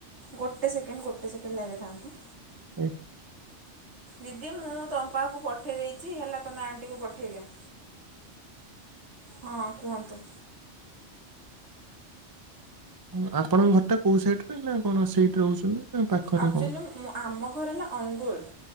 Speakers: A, on the right (about 70°); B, on the right (about 25°).
A: ଗୋଟେ ସେକେଣ୍ଡ ଗୋଟେ ସେକେଣ୍ଡ ଲାଇନରେ ଥାନ୍ତୁ।
B: ହୁଁ।
A: ଦିଦି ମୁଁ ତମ ପାଖକୁ ପଠେଇ ଦେଇଛି ହେଲା ତମେ ଆଣ୍ଟିକୁ ପଠେଇଦିଅ। ହଁ କୁହନ୍ତୁ?
B: ହଁ ଆପଣଙ୍କ ଘରଟା କୋଉ ସାଇଟରେ ନା କଣ ସେଇଠି ରହୁଛନ୍ତି ନା? ପାଖରେ
A: ଆକଚୁଆଲି
B: କଣ?
A: ଆମ ଘର ହେଲା ଅନୁଗୁଳ